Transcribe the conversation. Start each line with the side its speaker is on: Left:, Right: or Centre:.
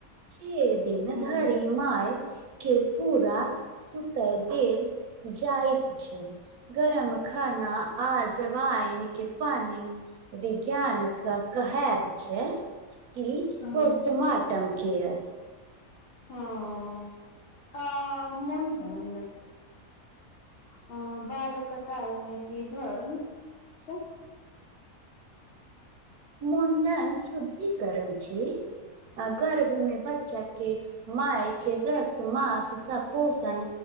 Right: छ दिन
Left: हँ
Right: धरि माय के पूरा सुतय देल जाइत छै गरम खाना आजबाइन के पानि विज्ञान के कहैत छै कि
Left: हँ
Right: पोस्टमार्टम केयर
Left: हँ आ मुण्डन अ बाल कटाइमे की धर्म छै
Right: मुंडन शुद्धिकरण छी आ गर्भ में बच्चा के मायके रत मास स पोषण